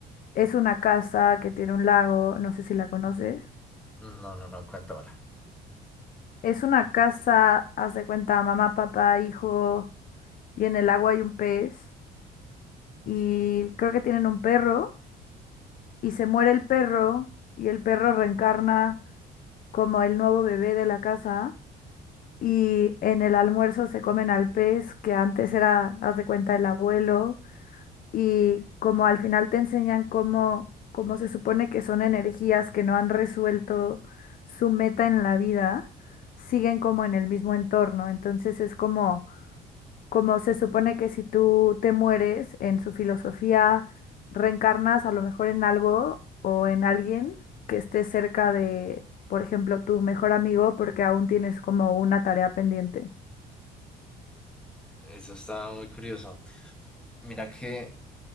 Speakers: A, on the left; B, in the centre.
A: es una casa que tiene un lago, no sé si la conoces.
B: No, no, no, cuéntamela.
A: Es una casa, haz de cuenta, mamá, papá, hijo. y en el agua hay un pez y creo que tienen un perro y se muere el perro y el perro reencarna como el nuevo bebé de la casa y en el almuerzo se comen al pez que antes era, haz de cuenta, el abuelo y como al final te enseñan cómo, cómo se supone que son energías que no han resuelto su meta en la vida, siguen como en el mismo entorno, entonces es como Como se supone que si tú te mueres, en su filosofía reencarnas a lo mejor en algo o en alguien que esté cerca de, por ejemplo, tu mejor amigo porque aún tienes como una tarea pendiente.
B: Eso está muy curioso. Mira que